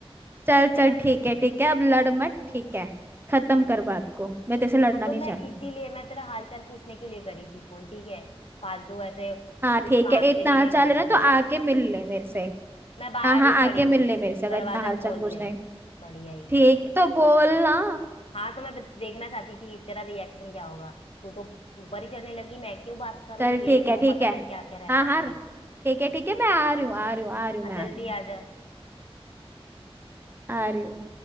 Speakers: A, on the right (about 20°); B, on the left (about 70°).
A: चल
B: इसलिए
A: चल
B: मैंने
A: ठीक है ठीक है अब लड़ मत ठीक है खत्म कर बात को मैं तेरे से लड़ना
B: हाँ, तो
A: नहीं
B: मैं
A: चाहती
B: इसीलिए मैं तेरा हालचाल पूछने के लिए करी थी फोन ठीक है फालतू ऐसे
A: हाँ
B: कुछ
A: ठीक
B: काम
A: है इतना
B: के लिए नहीं
A: हाल चाल
B: करी
A: है ना
B: थी
A: तो आके मिल ले मेरे से
B: मैं बाहर
A: हाँ हाँ
B: ही खड़ी
A: आके
B: हूँ
A: मिल ले मेरे से अगर
B: दरवाजा
A: इतना हाल चाल
B: खोल
A: पूछना
B: ले
A: है
B: बढ़िया ही
A: ठीक तो बोल ना
B: हाँ तो मैं बस देखना चाहती थी तेरा रिएक्शन क्या होगा तू तो ऊपर ही चढ़ने लगी मैं क्यों बात करूँ
A: चल
B: ये
A: ठीक
B: वो
A: है ठीक
B: पता
A: है
B: नहीं क्या क्या रहता
A: हाँ
B: है
A: हाँ
B: तेरा
A: ठीक है ठीक है मैं आ रही हूँ आ रही हूँ आ रही हूँ
B: हाँ
A: मैं
B: जल्दी
A: आ रही हूँ
B: आ जा
A: आ रही हूँ